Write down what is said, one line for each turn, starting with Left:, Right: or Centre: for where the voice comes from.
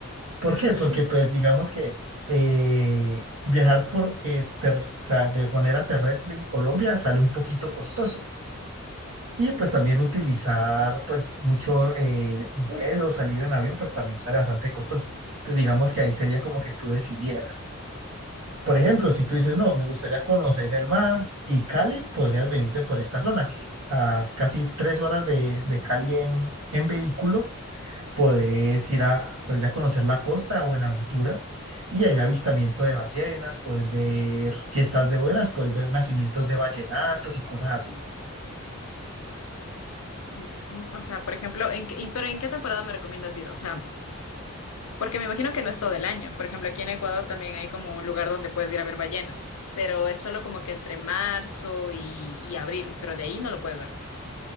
Right: ¿Por
Left: Ujú.
Right: qué? Porque pues digamos que eh, viajar por, eh, ter- o sea, de manera terrestre en Colombia sale un poquito costoso. Y pues también utilizar pues mucho eh, vuelo, salir en avión, pues también sale bastante costoso. Entonces digamos que ahí sería como que tú decidieras. Por ejemplo, si tú dices, no, me gustaría conocer el mar y Cali, podrías venirte por esta zona, que a casi tres horas de, de Cali en, en vehículo, podés ir a, podés ir a conocer la costa de Buenaventura y hay avistamiento de ballenas, puedes ver, si estás de buenas, puedes ver nacimientos de ballenatos y cosas así.
Left: Ujú. O sea, por ejemplo, ¿en qué- y, pero ¿en qué temporada me recomiendas ir? O sea, Porque me imagino que no es todo el año. Por ejemplo, aquí en Ecuador también hay como un lugar donde puedes ir a ver ballenas, pero es solo como que entre marzo y, y abril, pero de ahí no lo puedes ver.